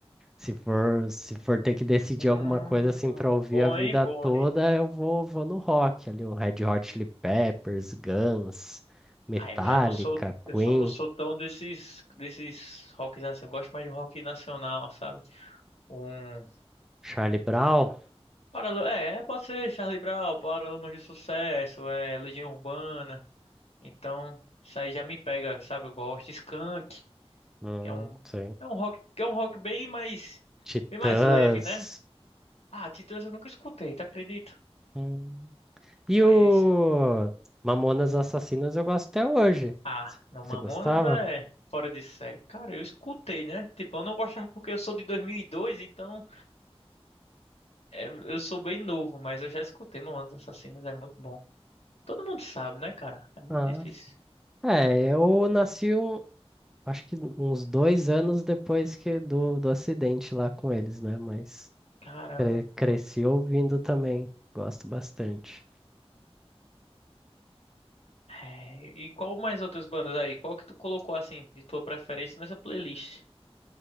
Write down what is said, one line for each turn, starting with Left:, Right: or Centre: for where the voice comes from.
Centre: Se for, se for ter que decidir
Left: hum,
Centre: alguma coisa assim pra ouvir
Left: bom,
Centre: a vida
Left: hein, bom,
Centre: toda,
Left: hein.
Centre: eu vou, vou no rock ali, um Red Hot Chili Peppers, Guns, Metallica,
Left: Ah, eu já não sou, eu
Centre: Queen.
Left: só não sou tão desses, desses rocks assim. Eu gosto mais de um rock nacional, sabe? Um,
Centre: Charlie Brown?
Left: Paralamas, é, pode ser Charlie Brown, Paralamas de Sucesso, é Legião Urbana. Então, isso aí já me pega, sabe? Eu gosto. Skunk,
Centre: Hum,
Left: que é um,
Centre: sei.
Left: é um rock, que é um rock bem mais,
Centre: Titãs.
Left: bem mais leve, né? Ah, Titãs eu nunca escutei, tá acredita?
Centre: Hum. E
Left: Mas,
Centre: o Mamonas Assassinas eu gosto até hoje.
Left: ah,
Centre: C-
Left: não,
Centre: Você
Left: Mamonas
Centre: gostava?
Left: é fora de série. Cara, eu escutei, né? Tipo, eu não gostava porque eu sou de 2002, então é, eu sou bem novo, mas eu já escutei Mamonas Assassinas, é muito bom. Todo mundo sabe, né, cara? É muito
Centre: Ah,
Left: difícil.
Centre: sim. É, eu nasci um, acho que uns dois anos depois que do, do acidente lá com eles, né? Mas
Left: Caramba.
Centre: cre- cresci ouvindo também. Gosto bastante.
Left: É, e qual mais outras bandas aí? Qual que tu colocou, assim, de tua preferência nessa playlist?